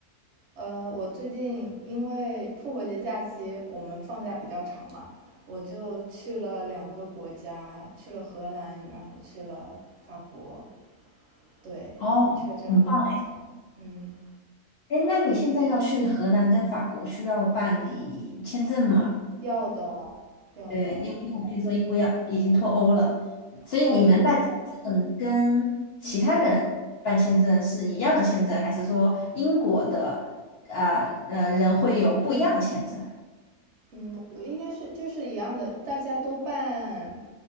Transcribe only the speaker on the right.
呃，我最近因为复活节假期我们放假比较长嘛，我就去了两个国家，去了荷兰，然后去了法国，对，
就去了这两个国家。
嗯，
要的，要的，
要要不然嗯，
嗯，我应该是就是一样的，大家都办，